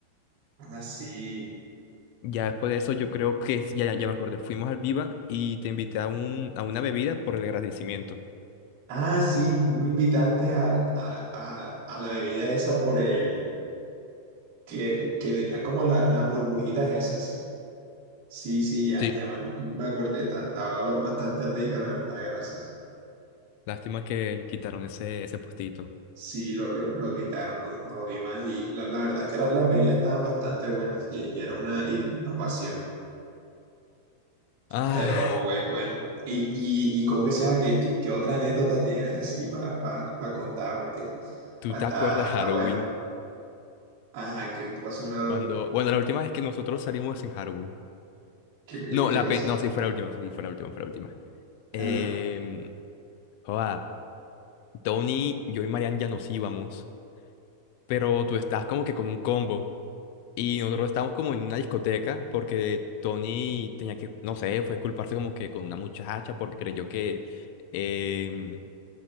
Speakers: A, on the right (about 45°); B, on the left (about 50°).
A: Ah, sí.
B: Ya después de eso, yo creo que, ya, ya ya me acordé, fuimos al Viva y te invité a, un, a una bebida por el agradecimiento.
A: Ah, sí, tú me invitaste a, a- a- a la bebida esa por el que, que tenía como la- las burbujitas esas. Sí, sí, ya,
B: Sí,
A: ya me, me acordé, está- estaba ba- bastante rica, la verdad, gracias.
B: lástima que quitaron ese, ese postito.
A: Sí, lo, lo, lo quitaron, no, no lo vi más y la, la verdad es que las, las bebidas estaban bastante buenas y, y era una innovación,
B: Ah,
A: pero bue- bueno. ¿Y, y, y cómo que se llama? ¿Qué, qué, qué otra anécdota tienes así para pa, pa- pa contar? Porque
B: ¿tú
A: pa-
B: te
A: está,
B: acuerdas
A: está
B: Halloween?
A: bueno. Ajá, ¿qué, qué pasó en algo?
B: Cuando, bueno, la última vez que nosotros salimos en Halloween.
A: ¿Qué,
B: No,
A: qué
B: la
A: pasó?
B: pe- no, sí fue la última, sí fue la última, fue la última. Eh,
A: Ajá.
B: joda, Tony, yo y Marian ya nos íbamos, pero tú estás como que con un combo y nosotros estábamos como en una discoteca porque Tony tenía que, no sé, fue culparse como que con una muchacha porque creyó que em,